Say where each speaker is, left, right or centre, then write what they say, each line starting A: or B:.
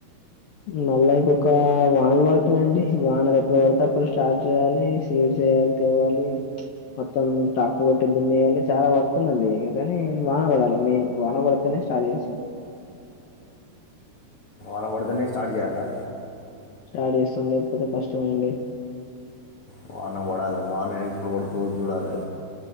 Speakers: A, on the left (about 65°); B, on the left (about 45°).
A: మళ్ళా ఇంకొక వానలు పడుతున్నాయిండి వానలు ఎప్పుడు పడితే అప్పుడు స్టార్ట్ చేయాలి సీడ్స్ చేయాలి తేవాలి మొత్తం ట్రాక్టర్లు పెట్టి దిన్నేయాలి చాలా వర్క్ ఉందండి ఇ కాని వాన పడాలి మెయిన్ వాన పడితేనే స్టార్ట్ చేస్తాం
B: అల పడుతేనే స్టార్ట్ చేయాలా
A: స్టార్ట్ చేస్తాం లేకపోతే కష్టమ అండి
B: బాన పడాలి బానే ఇప్పుడు పడుతు చూడాలి